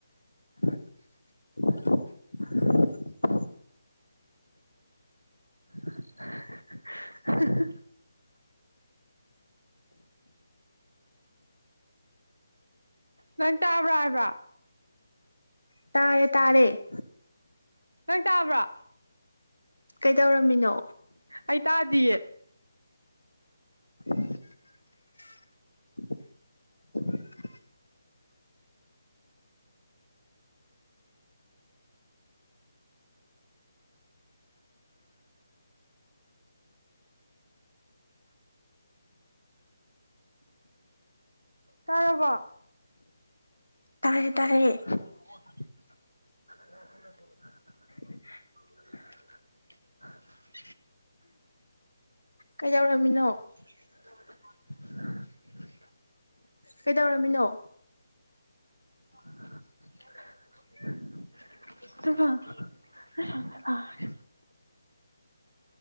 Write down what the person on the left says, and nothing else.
<inaudible>
ꯇꯥꯔꯦ ꯇꯥꯔꯦ
ꯀꯩꯗꯧꯔꯝꯃꯤꯅꯣ
<inaudible>
ꯇꯥꯔꯦ ꯇꯥꯔꯦ
<inaudible>
ꯀꯩꯗꯧꯔꯝꯃꯤꯅꯣ
ꯀꯩꯗꯧꯔꯝꯃꯤꯅꯣ